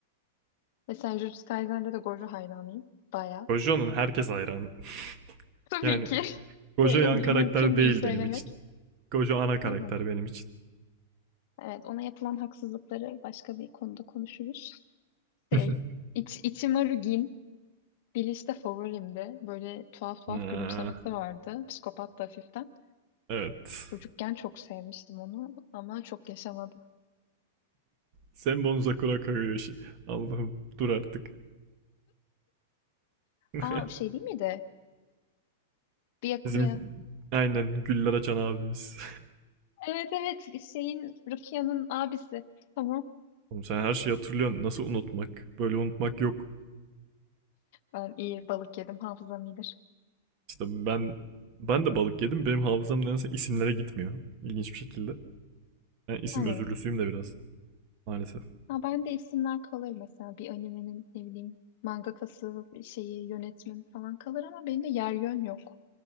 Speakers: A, on the left (about 40°); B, on the right (about 30°).
A: Mesela Jujutsu Kaisen'de de Gojo hayranıyım. Baya.
B: Gojo'nun herkes hayranı. <laughs>
A: Tabii
B: Yani
A: ki. <laughs>
B: Gojo
A: En
B: yan
A: iyi
B: karakter
A: mümkün
B: değil
A: değil sevmemek.
B: benim için. Gojo ana karakter
A: Aynen.
B: benim için.
A: Evet, ona yapılan haksızlıkları başka bir konuda konuşuruz.
B: <laughs>
A: Şey, İç, Ichimaru Gin, Bleach'te favorimdi. Böyle tuhaf tuhaf
B: Ah,
A: gülümsemesi vardı. Psikopat da hafiften.
B: Evet.
A: Çocukken çok sevmiştim onu ama çok yaşamadı.
B: Senbon Sakura Kagoyoshi. Allah'ım dur artık. <laughs>
A: Aa o şey değil miydi? Byakuya.
B: Bizim aynen güller açan abimiz.
A: Evet evet şeyin Rukia'nın abisi. Tamam.
B: <laughs> Oğlum sen her şeyi hatırlıyorsun. Nasıl unutmak? Böyle unutmak yok.
A: Ben iyi balık yedim hafızam iyidir.
B: İşte ben ben de balık yedim. Benim hafızam nedense isimlere gitmiyor. İlginç bir şekilde. Ben isim
A: Hı.
B: özürlüsüyüm de biraz. Maalesef.
A: Ha, ben de isimler kalır mesela bir animenin ne bileyim mangakası şeyi yönetmeni falan kalır ama benim de yer yön yok.